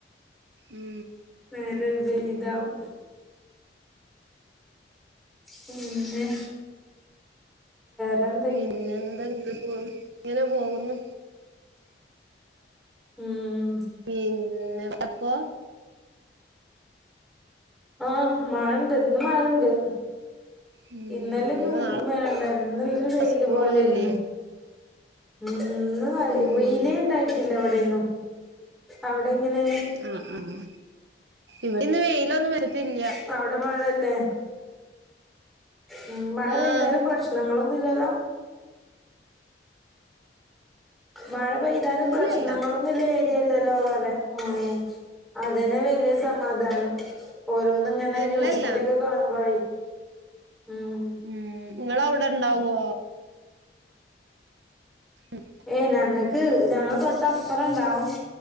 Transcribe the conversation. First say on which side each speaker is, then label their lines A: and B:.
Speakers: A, on the right (about 85°); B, in the centre.
A: ഉം
B: നേരെ വിപരീതാവും പിന്നെ വേറെ
A: പിന്നെന്താ ഇങ്ങനെ പോകുന്നു ഇങ്ങനെ പോകുന്നു
B: ഉം
A: പിന്നെ അപ്പൊ
B: ആഹ് മഴണ്ട് ഇന്ന് മഴണ്ട്
A: ഉം
B: ഇന്നലെന്നും
A: ഇനിപ്പോ നാളെ
B: മഴണ്ടായിന്നില്ല ഇന്നലോരു വെയില്
A: സ്കൂളും
B: പോലൊരുന്നു
A: ഇല്ലേ
B: ഉം ഇന്ന്
A: ഉം
B: വെയിലെണ്ടായിട്ടില്ല ഇവിടെന്നും അവിടെങ്ങനെ
A: ആഹ് ആഹ് ഇവിടെ ഇന്ന് വെയിലൊന്നും വരത്തില്ല
B: ഇപ്പഅവിടെ മഴല്ലേ ഉം മഴ
A: ആഹ്
B: പെയ്താലും പ്രശ്നങ്ങളൊന്നുല്ലല്ലോ മഴ പെയ്താലും
A: ഇല്ലല്ല
B: പ്രശ്നങ്ങളൊന്നുല്ലെ ഇല്ലല്ലോ പറയ ഉം അതെന്നെ വല്യേ സമാധാനം ഓരോന്ന്ങ്ങനെ
A: ഇല്ലല്ല
B: ന്യൂസ്കൂടിയൊക്കെ കാണുമ്പഴെ ഉം
A: ഉം ഇങ്ങളവുടെണ്ടാവോ ഉം
B: ഏ ഞങ്ങക്ക് ഞങ്ങളെ തൊട്ടപ്പറണ്ടാവും